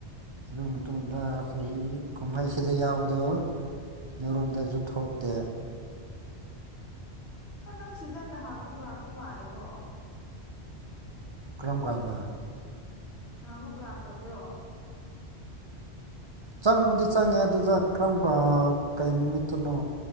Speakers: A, on the right (about 35°); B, on the left (about 70°).
A: ꯑꯗꯨ ꯃꯇꯨꯡꯗ ꯆꯍꯤ ꯀꯨꯝꯍꯩꯁꯤꯗ ꯌꯥꯎꯕꯗ ꯌꯔꯣꯝꯗꯁꯨ ꯊꯣꯛꯇꯦ
B: ꯅꯪ ꯁꯤꯗ ꯅꯍꯥꯃꯨꯛ ꯂꯥꯛꯄ ꯃꯥꯜꯂꯦꯀꯣ
A: ꯀ꯭ꯔꯝ ꯀꯥꯟꯗ
B: ꯅꯍꯥ ꯑꯃꯨꯛ ꯂꯥꯛꯇꯕ꯭ꯔꯣ
A: ꯆꯪꯕꯗꯤ ꯆꯪꯉꯦ ꯑꯗꯨꯗ ꯀꯔꯝ ꯀꯩ ꯅꯨꯃꯤꯠꯇꯅꯣ